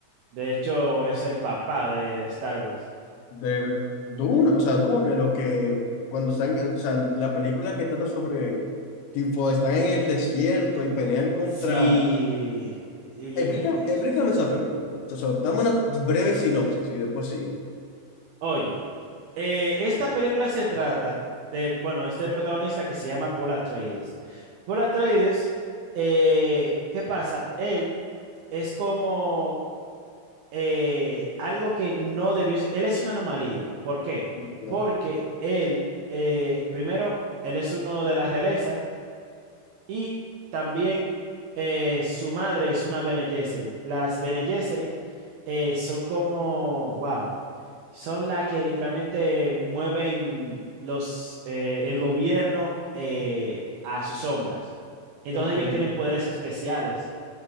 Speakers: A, on the right; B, on the left.
A: De hecho, es el papá de, de Star Wars.
B: De Dune, o sea, Dune, lo que cuando están, o sea, la película que trata sobre, tipo, están en el desierto y pelean contra
A: Sí, óyeme.
B: Explícame, explícame esa película. O sea, dame una breve sinopsis y después sigue.
A: Oye, eh, esta película se trata de, bueno, este protagonista que se llama Paul Atreides. Paul Atreides, eh, ¿qué pasa? Él es como eh, algo que no debió ser. Él es una anomalía. ¿Por qué?
B: Ya.
A: Porque él, eh, primero, él es uno de la realeza y también eh, su madre es una Bene Gesserit. Las Bene Gesserit eh, son como, wow, son las que literalmente mueven los, eh, el gobierno eh, a sus sombras. Entonces
B: Ok,
A: ellos tienen poderes especiales.